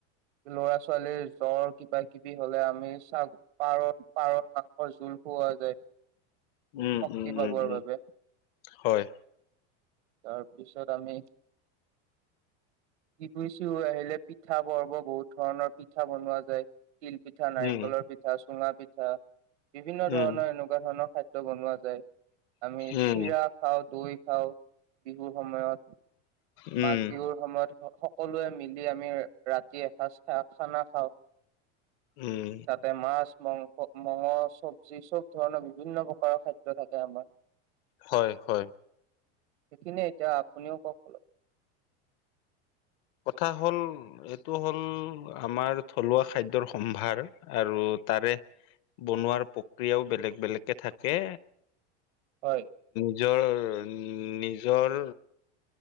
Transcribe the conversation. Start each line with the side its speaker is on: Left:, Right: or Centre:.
Right: ল'ৰা ছোৱালীৰ জ্বৰ কিবা কিবি হলে আমি চাগ পাৰৰ- পাৰৰ মাংস জোল খুৱা যায়
Left: উম
Right: শক্তি
Left: উম
Right: পাবৰ
Left: উম উম
Right: বাবে।
Left: হয়
Right: তাৰপিছত আমি। বিহু চিহুৰ আহিলে পিঠা পৰ্ব বহুত ধৰণৰ পিঠা বনোৱা যায়। তিল পিঠা, নাৰিকলৰ
Left: উম
Right: পিঠা, চুঙা পিঠা বিভিন্ন
Left: উম
Right: ধৰণৰ এনেকুৱা ধৰণৰ খাদ্য বনোৱা যায় আমি
Left: উম
Right: চিৰা খাওঁ দৈ খাওঁ। বিহুৰ সময়ত,
Left: উম
Right: মাঘ বিহুৰ সময়ত সকলোৱে মিলি আমি ৰাতি এসাঁজ খা, খানা খাওঁ।
Left: উম
Right: তাতে মাছ মাংস, মঙ চবজি চব ধৰণৰ বিভিন্ন প্ৰকাৰৰ খাদ্য থাকে আমাৰ
Left: হয়, হয়
Right: সেইখিনে এতিয়া আপুনিও কক অলপ।
Left: কথা হ'ল এইটো হ'ল আমাৰ থলুৱা খাদ্যৰ সম্ভাৰ আৰু তাৰে বনোৱাৰ প্ৰক্ৰিয়াও বেলেগ বেলেগকে থাকে।
Right: হয়।
Left: নিজৰ নিজৰ